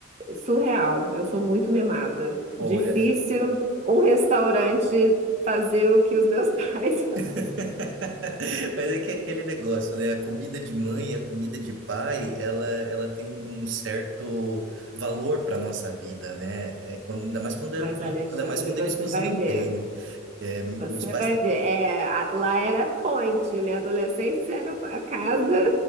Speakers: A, on the right; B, on the right.
A: surreal. Eu sou muito mimada.
B: olha,
A: Difícil um restaurante fazer o que os meus <laughs> pais fazem.
B: <laughs> Mas é que é aquele negócio, né? A comida de mãe e a comida de pai, ela, ela tem um certo valor para nossa vida, né? É, quando, ainda mais quando, é-
A: Mas, Alexandre,
B: ainda mais quando
A: você
B: eles cozinham
A: vai ver.
B: bem, né? É, meus
A: Você
B: pais...
A: vai
B: tam-
A: ver. É, a- lá era ponte. Minha adolescência era a casa